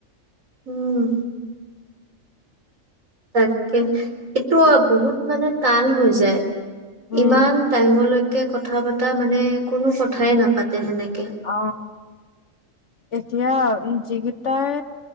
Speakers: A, on the right; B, on the left.
A: উম হয় এইটো বহুত মানে টান হৈ যায়
B: উম
A: ইমান টাইমলৈকে কথা পতা মানে কোনো কথাই নাপাতে সেনেকে
B: অ এতিয়া যিকেইটাই